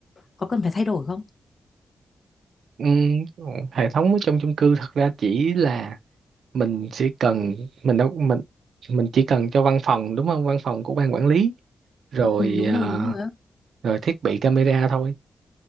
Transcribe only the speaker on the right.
Ừ. hệ thống ở trong chung cư thật ra chỉ là mình sẽ cần mình đâu mình mình chỉ cần cho văn phòng đúng không văn phòng của ban quản lý rồi
ờ,
rồi thiết bị camera thôi